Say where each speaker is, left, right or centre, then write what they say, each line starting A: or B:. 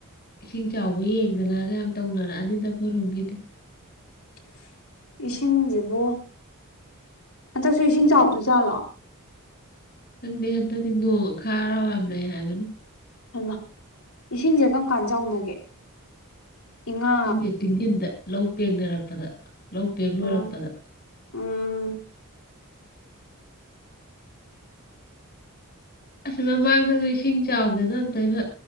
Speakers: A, on the left (about 45°); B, on the left (about 70°).
A: ꯏꯁꯤꯡ ꯆꯥꯎꯕ ꯌꯦꯡꯗꯅꯒ ꯌꯥꯝ ꯇꯧꯅꯔꯛꯑꯅꯤꯗ ꯑꯈꯣꯏꯔꯣꯝꯒꯤꯗꯤ
B: <inaudible> ꯏꯁꯤꯡꯖꯤꯕꯨ ꯍꯟꯇꯛꯁꯨ ꯏꯁꯤꯡ ꯆꯥꯎꯗꯣꯏꯖꯥꯠꯂꯣ
A: ꯈꯪꯗꯦ ꯍꯟꯇꯛꯇꯤ ꯅꯣꯡ ꯑꯈꯥꯛ ꯑꯔꯥꯎ ꯌꯥꯝ ꯂꯩ ꯍꯥꯏꯕꯅꯤ
B: ꯍꯩꯃ ꯏꯁꯤꯡꯖꯦ ꯀꯝꯀꯥꯟ ꯆꯥꯎꯅꯒꯦ ꯏꯉꯥ
A: ꯏꯁꯤꯡꯖꯦ ꯆꯤꯡꯖꯤꯟꯗ ꯂꯧ ꯄꯦꯡꯅꯔꯛꯄꯗ ꯂꯧ ꯄꯦꯡ ꯂꯣꯏꯔꯛꯄꯗ
B: ꯑ ꯎꯝ
A: ꯑꯁ ꯃꯃꯥꯡꯗꯁꯨ ꯏꯁꯤꯡ ꯆꯥꯎꯗꯅ ꯑꯝꯇꯣꯏꯕ